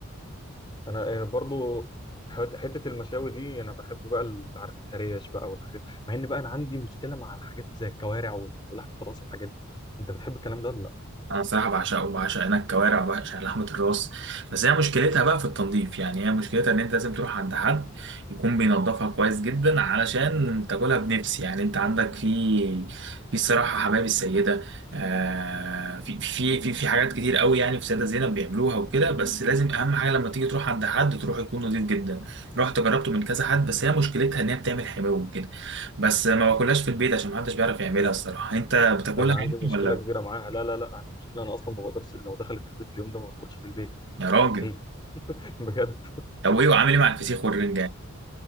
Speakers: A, on the left; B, on the right.
A: انا أنا برضو حت- حته المشاوي دي انا بحب بقى ال- عارف التريش بقى والحاجات مع ان بقى انا عندي مشكله مع الحاجات زي الكوارع وال- ولحمه الراس والحاجات دي انت بتحب الكلام ده ولا لا
B: انا صراحه بعشقه بعشق هناك كوارع وبعشق لحمه الراس بس هي مشكلتها بقى في التنظيف يعني هي مشكلتها ان انت لازم تروح عند حد يكون بينظفها كويس جدا علشان تاكلها بنفس يعني انت عندك في في الصراحه حبايب السيده آه في في في في حاجات كتير قوي يعني في سيده زينب بيعملوها وكده بس لازم اهم حاجه لما تيجي تروح عند حد تروح يكون نظيف جدا رحت جربته من كذا حد بس هي مشكلتها ان هي بتعمل حماوه وكده بس ما باكلهاش في البيت عشان محدش بيعرف يعملها الصراحه انت بتاكلها
A: انا عندي
B: يعني
A: مشكله
B: ولا
A: كبيره معاها لا لا لا عندي مشكله انا اصلا ما بقدرش لو دخلت البيت اليوم ده ما بدخلش في البيت
B: يا راجل
A: مستحيل <laughs> بجد
B: طب وايه وعامل ايه مع الفسيخ والرنجة يعني